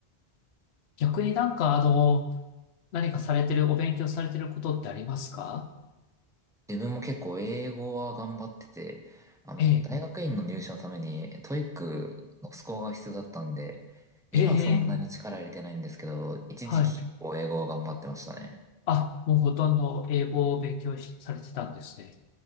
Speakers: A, on the left; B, in the centre.
A: 逆になんかあの、何かされてる、お勉強されてることってありますか
B: 自分も結構英語は頑張ってて、あの、
A: ええ、
B: 大学院の入試のためにトイックのスコアが必要だったんで、今はそんなに力入れてないんですけど、
A: ええ、
B: 一時期結構英語は頑張ってましたね。
A: はい。あ、もうほとんど英語を勉強し、されてたんですね。